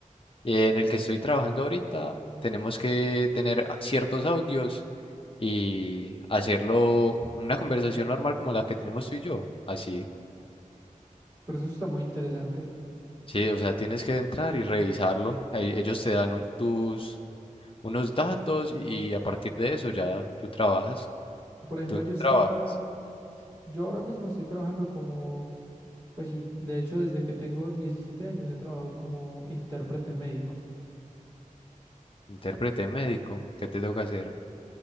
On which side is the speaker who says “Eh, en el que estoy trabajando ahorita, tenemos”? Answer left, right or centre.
Left